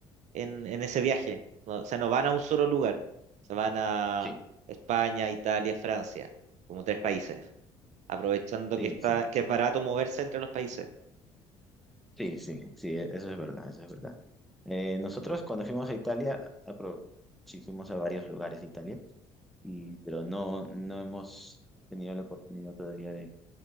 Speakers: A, on the right; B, in the centre.
A: en, en ese viaje. No- o sea, no van a un solo lugar. Se van a
B: Sí,
A: España, Italia, Francia, como tres países, aprovechando
B: sí,
A: que está,
B: sí, sí,
A: que es barato moverse entre los países.
B: sí, sí, sí, e- eso es verdad, eso es verdad. Eh, nosotros cuando fuimos a Italia, aprovechamos y fuimos a varios lugares de Italia, y, pero no, no hemos tenido la oportunidad todavía de,